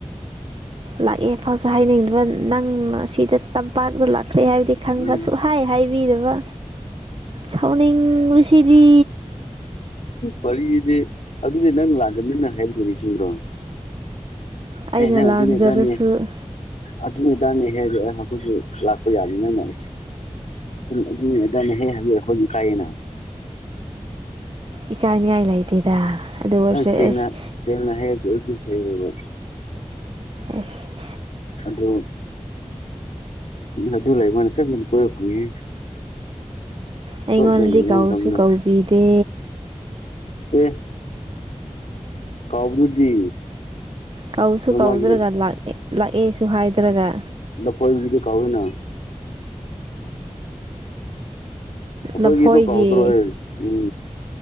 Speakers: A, on the right; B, on the left.
A: ꯂꯥꯛꯑꯦꯐꯥꯎꯁꯨ ꯍꯥꯏꯅꯤꯡꯗꯕ ꯅꯪꯅ ꯁꯤꯗ ꯇꯝꯄꯥꯛꯇ ꯂꯥꯛꯈ꯭ꯔꯦ ꯍꯥꯏꯕꯗꯤ ꯈꯪꯕꯁꯨ
B: ꯎꯝ
A: ꯍꯥꯏ ꯍꯥꯏꯕꯤꯗꯕ ꯁꯥꯎꯅꯤꯡꯕꯁꯤꯗꯤ
B: ꯋꯥꯔꯤꯔꯤꯗꯤ ꯑꯗꯨꯗꯤ ꯅꯪ ꯂꯥꯛꯀꯅꯤꯅ ꯍꯥꯏꯖꯔꯤꯁꯤꯡꯕ꯭ꯔꯣ ꯄꯅ
A: ꯑꯩꯅ ꯂꯥꯟꯖꯔꯁꯨ
B: ꯑꯗꯨ ꯑꯗꯨꯅꯤ ꯑꯗꯨꯅꯤꯗꯥꯅꯦꯍꯦꯛ ꯑꯩꯈꯣꯏꯁꯨ ꯂꯥꯛꯄ ꯌꯥꯅꯤꯅꯅ ꯑꯁ ꯑꯗꯨ ꯍꯦ ꯍꯧꯕꯤ ꯍꯧꯣꯏꯖꯤꯛ ꯀꯥꯏꯌꯦꯅ
A: ꯏꯀꯥꯏꯅꯤꯉꯥꯏ ꯂꯩꯇꯦꯗ ꯑꯗꯨ ꯑꯣꯏꯔꯁꯨ
B: ꯌꯥꯝ
A: ꯑꯦꯁ
B: ꯁꯦꯡꯅ ꯁꯦꯡꯅ ꯍꯥꯏꯔꯗꯤ ꯑꯩꯁꯨ ꯁꯦꯡꯉꯦꯕ
A: ꯑ
B: ꯑꯗꯨ ꯑꯗꯨ ꯂꯩ ꯃꯣꯏꯅ ꯐꯩ ꯀꯣꯏꯔꯛ ꯐꯉ
A: ꯎ ꯑꯩꯉꯣꯟꯗꯤ
B: ꯂꯩꯃꯤꯟꯅꯕ
A: ꯀꯧꯁꯨ
B: ꯃꯇꯝꯗ
A: ꯀꯧꯕꯤꯗꯦ
B: ꯑꯦ ꯀꯥꯎꯕꯗꯨꯗꯤ
A: ꯀꯧꯁꯨ
B: ꯀꯩꯅꯣ
A: ꯀꯧꯗ꯭ꯔꯒ
B: ꯃꯥꯒꯤ
A: ꯂꯥꯛꯑꯦꯁꯨ ꯍꯥꯏꯗ꯭ꯔꯒ
B: ꯂꯥꯐꯣꯏꯗꯨꯗꯤ ꯀꯧꯋꯦꯅ ꯑꯩꯈꯣꯏꯒꯤꯗꯣ
A: ꯂꯐꯣꯏꯒꯤ
B: ꯀꯥꯎꯗ꯭ꯔꯣꯍꯦ ꯎꯝ